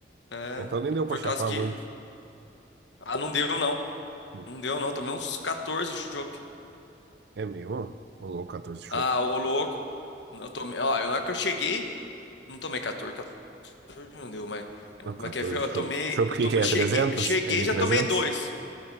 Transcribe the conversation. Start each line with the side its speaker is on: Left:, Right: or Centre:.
Left: É,
Right: Então nem
Left: e
Right: deu pra
Left: por
Right: chapar
Left: causa que.
Right: muito.
Left: Ah, não deu não.
Right: Hum,
Left: Não deu não. Tomei uns 14 chopp.
Right: É mesmo? Ô louco, 14 chopps.
Left: Ah, ô louco. Eu tomei. Ó, eu- na hora que eu cheguei, não tomei 14. 14 não deu, mas.
Right: Não,
Left: Mas
Right: 14
Left: quer ver? Eu
Right: chopp.
Left: tomei.
Right: Chopp,
Left: Eu
Right: que
Left: tomei.
Right: que é?
Left: Cheguei,
Right: 300?
Left: eu cheguei
Right: É de
Left: e já
Right: 300?
Left: tomei dois.